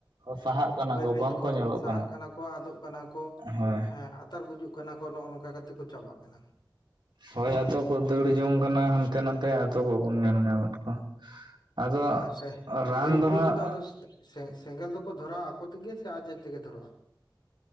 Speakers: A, on the right; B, on the left.
A: ᱥᱟᱦᱟᱜ ᱠᱟᱱᱟ
B: ᱵᱟᱹᱭ
A: ᱠᱚ
B: ᱵᱟᱹᱭ
A: ᱵᱟᱝᱠᱚ
B: ᱛᱮᱠᱚ
A: ᱧᱮᱞᱚᱜ
B: ᱥᱟᱦᱟᱜ ᱠᱟᱱᱟ ᱠᱚ ᱟᱫᱚᱜ ᱠᱟᱱᱟ ᱠᱚ
A: ᱦᱳᱭ
B: ᱮ ᱟᱛᱟᱨ ᱜᱩᱡᱩᱜ ᱠᱟᱱᱟ ᱠᱚ ᱱᱚᱜᱼᱚ ᱱᱚᱝᱠᱟ ᱠᱟᱛᱮ ᱠᱚ ᱪᱟᱵᱟᱜ ᱠᱟᱱᱟ
A: ᱦᱳᱭ ᱟᱫᱚ ᱠᱚ ᱫᱟᱹᱲ ᱡᱚᱝ ᱠᱟᱱᱟ ᱦᱟᱱ ᱦᱟᱱᱛᱮ ᱱᱟᱛᱮ ᱟᱫᱚ ᱵᱟᱵᱚᱱ ᱧᱮᱞ ᱧᱟᱢᱮᱫ ᱠᱚᱣᱟ ᱟᱫᱚ
B: ᱟᱨ ᱥᱮ
A: ᱨᱟᱱ
B: ᱵᱤᱨ ᱵᱩᱨᱩ
A: ᱫᱚ ᱦᱟᱸᱜ
B: ᱨᱮᱫᱚ ᱟᱫᱚ ᱥᱮᱸᱜᱮᱞ ᱫᱚᱠᱚ ᱫᱷᱚᱨᱟᱼᱟ ᱟᱠᱚ ᱛᱮᱜᱮ ᱥᱮ ᱟᱡᱽᱟᱡᱽ ᱛᱮᱜᱮ ᱫᱷᱚᱨᱟᱜᱼᱟ ᱾